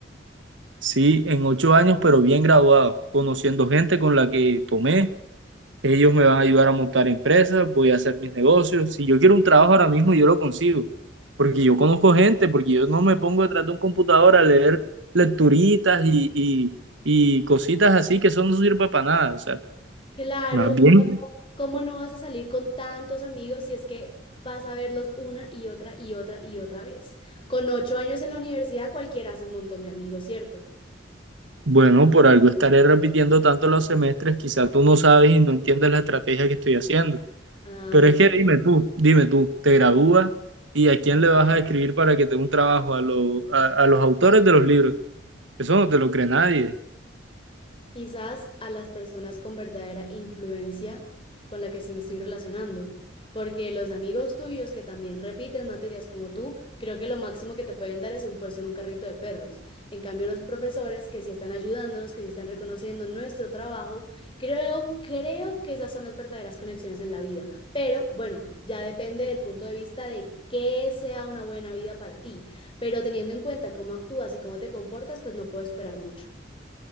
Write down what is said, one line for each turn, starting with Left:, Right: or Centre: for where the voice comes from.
Right: Sí, en ocho años, pero bien graduado, conociendo gente con la que tomé Ellos me van a ayudar a montar empresas, voy a hacer mis negocios. Si yo quiero un trabajo ahora mismo, yo lo consigo. Porque yo conozco gente, porque yo no me pongo detrás de un computador a leer lecturitas y, y, y cositas así que eso no sirve para nada. O sea,
Left: Claro,
Right: más bien,
Left: ¿cómo no, cómo no vas a salir con tantos amigos si es que vas a verlos una y otra y otra y otra vez? Con ocho años en la universidad cualquiera hace un montón de amigos, ¿cierto?
Right: bueno, por algo estaré repitiendo tanto los semestres, quizás tú no sabes y no entiendes la estrategia que estoy haciendo.
Left: Ah,
Right: Pero es que dime tú, dime tú, te gradúas y a quién le vas a escribir para que tenga un trabajo, a, lo- a, a los autores de los libros. Eso no te lo cree nadie.
Left: Quizás a las personas con verdadera influencia con la que sí me estoy relacionando, porque los amigos tuyos que también repiten materias como tú, creo que lo máximo que te pueden dar es un puesto en un carrito de perros. En cambio, los profesores que sí están ayudándonos, que sí están reconociendo nuestro trabajo, creo, creo que esas son las verdaderas conexiones en la vida. Pero bueno, ya depende del punto de vista de qué sea una buena vida para ti. Pero teniendo en cuenta cómo actúas y cómo te comportas, pues no puedo esperar mucho.